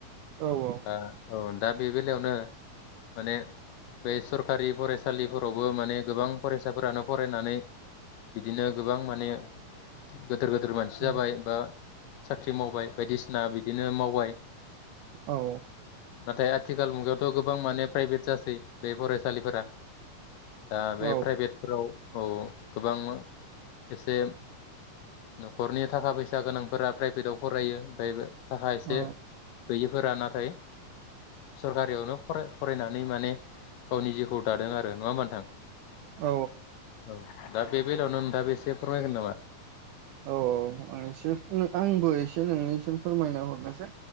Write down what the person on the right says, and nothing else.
औ औ
औ
औ।
औ
औ
औ
औ आं एसे आंबो एसे नोंनिसिम फोरमायनो हरनोसै